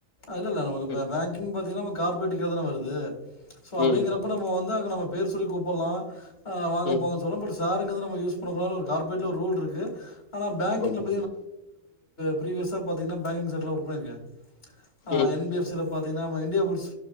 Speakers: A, on the left; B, on the left.
A: இல்லலா
B: ம்
A: பேங்கிங் பாத்தீங்கன்னா கார்ப்ரேட்டிக்க தானே வருது அப்டிங்கறப
B: ம்
A: நம்ம வந்து நம்ம பேர் சொல்லி கூப்பலாம் ஹா வாங்க
B: ம்
A: போங்க சொன்ன சாருங்குரத நம்ம யூஸ் பண்ண கூடாதுனு ஒரு கார்பரேட் ஒரு ரூல் இருக்கு ஆனா பேங்கிங்ல
B: ஓகே
A: <unintelligible>
B: ஓகே
A: பிரிவியர்ஸ் பாத்தங்கனா பேங்கிங் செட்ல ஒக் பண்ணிருகன் ஆ
B: ம்
A: என் பி ஸ் ல பாதீங்கனா இந்தியா புல்ஸ்